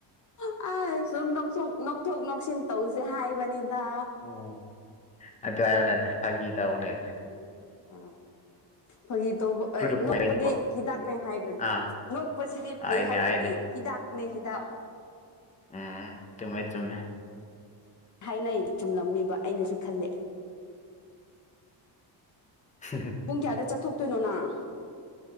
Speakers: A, on the left; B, on the left.
A: ꯑꯁ ꯁꯨꯝ ꯅꯣꯛꯊꯣꯛ ꯅꯣꯛꯊꯣꯛ ꯅꯣꯛꯁꯤꯟ ꯇꯧꯁꯦ ꯍꯥꯏꯕꯅꯤꯗ
B: ꯑꯣ ꯑꯗꯨꯝ ꯍꯥꯏꯕꯅꯦꯗ ꯐꯥꯒꯤ ꯇꯧꯕꯅꯦꯗ
A: ꯎꯝ ꯑ ꯐꯒꯤ ꯇꯧꯕ
B: ꯇꯨ
A: ꯑꯦ
B: ꯗ ꯄꯣꯏꯟ
A: ꯅꯣꯛꯄꯗꯤ ꯍꯤꯗꯥꯛꯅꯦ ꯍꯥꯏꯗ꯭ꯔꯗꯤ
B: ꯑꯥ
A: ꯅꯣꯛꯄꯁꯤꯗꯤ
B: ꯍꯥꯏꯅꯦ
A: ꯐꯩ ꯍꯥꯏꯗꯨꯗꯤ
B: ꯍꯥꯏꯅꯦ
A: ꯍꯤꯗꯥꯥꯛꯅꯦ ꯍꯤꯗꯥꯥꯛ
B: ꯎꯝ ꯆꯨꯝꯃꯦ ꯆꯨꯝꯃꯦ
A: ꯍꯥꯏꯅꯩ ꯆꯨꯝꯂꯝꯅꯤꯕ ꯑꯩꯅꯁꯨ ꯈꯜꯂꯦ
B: <unintelligible>
A: ꯄꯨꯡ ꯀꯌꯥꯗ ꯆꯠꯊꯣꯛꯇꯣꯏꯅꯣ ꯅꯪ